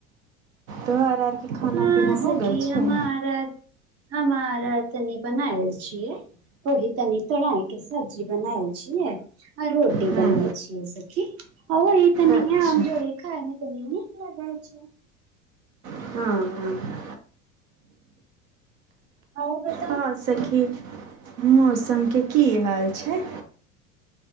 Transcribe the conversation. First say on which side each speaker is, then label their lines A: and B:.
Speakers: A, on the right; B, on the right.
A: तोहार आर कि खाना
B: हँ
A: पीना
B: सखी
A: हो गेल छै
B: हमार आर <unintelligible> हमारा तनि बनाएल छियै ओहि तनी तराइ के सब्जी बनायल छियै आ रोटी
A: हँ
B: बनाल छियै सखी ह ई तऽ
A: अच्छा
B: नीय आमजोड़े खाय त न नीक लागे छै
A: ह ह
B: आ <unintelligible>
A: हँ सखी मौसमके की हाल छै